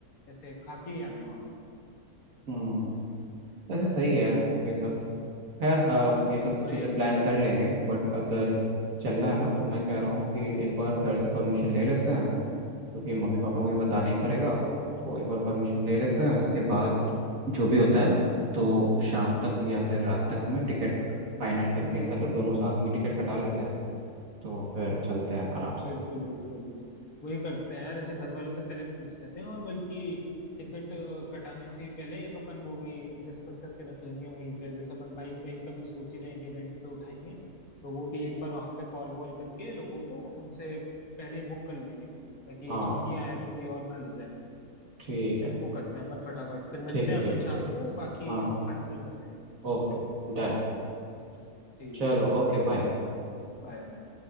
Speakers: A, on the left (about 70°); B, on the right (about 65°).
A: ऐसे खा के ही आना है वहां पे।
B: हम्म वैसे सही है ये सब खैर आ, ये सब तो
A: वही
B: चीज़ें प्लान कर लेंगे बट अगर चलना है ना तो मैं कह रहा हूँ कि एक बार घर से परमिशन ले लेते हैं क्योंकि मम्मी पापा को भी बताना ही पड़ेगा तो एक बार परमिशन ले लेते हैं उसके बाद जो भी होता है तो शाम तक या फिर रात तक में टिकट फाइनल करके अगर दोनों साथ में टिकट कटा लेते हैं तो फिर चलते हैं आराम से
A: बिल्कुल बिल्कुल वही करते हैं यार जैसे घर वालों से पहले पूछ लेते हैं और बल्कि टिकट अ, कटाने से ही पहले एक अपन वो भी डिस्कस करके रख लेंगे वहीं पे जैसे अपन बाइक वाइक का भी सोच ही रहे हैं कि रेंट पे उठाएंगे तो वो भी एक बार वहाँ पे कॉल वॉल करके लोगों को उनसे पहले ही बुक कर लेंगे ताकि
B: हाँ
A: छुट्टियां हैं तो कोई और ना ले जाए
B: ठीक है
A: वो करते हैं अपन फटाफट फिर मिलते
B: ठीक है
A: हैं
B: ठीक
A: अपन
B: है
A: शाम
B: ठीक है
A: को बाकी
B: हाँ
A: इसको फाइनल करते हैं
B: ओके डन
A: चलो ठीक
B: चलो
A: है चल
B: ओके बाय
A: बाय बाय